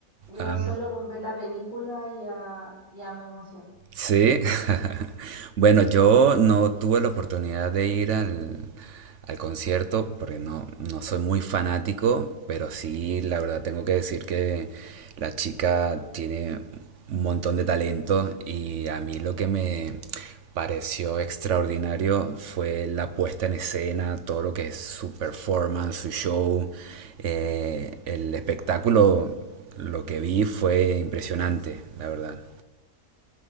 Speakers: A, on the right (about 35°); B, on the right (about 60°).
A: Yo
B: Ah.
A: solo con ver la película ya, ya me emocioné.
B: Sí, <laughs> bueno, yo no tuve la oportunidad de ir al, al concierto porque no, no soy muy fanático, pero sí, la verdad tengo que decir que la chica tiene un montón de talento y a mí lo que me pareció extraordinario fue la puesta en escena, todo lo que es su performance, su show, eh, el espectáculo, lo que vi fue impresionante, la verdad.